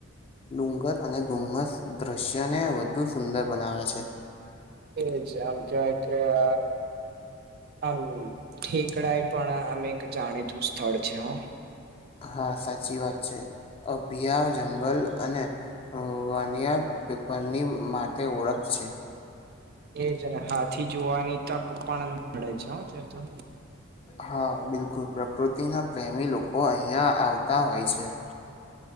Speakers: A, on the left (about 30°); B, on the right (about 50°).
A: ડુંગર અને ધુમ્મસ દૃશ્યને વધુ સુંદર બનાવે છે.
B: એજ આમ કેવાય કે અ. હમ ઠેકડાએ પણ અ અમે એક જાણીતું સ્થળ છે હ.
A: હા સાચી વાત છે અભિયા જંગલ અને. વાનિયા પેપરની માટે ઓળખ છે.
B: એજ અને હાથી જોવાની તક પણ મળે છે હો તે તો.
A: હા બિલકુલ પ્રકૃતિના પ્રેમી લોકો અહિયાં આવતા હોય છે.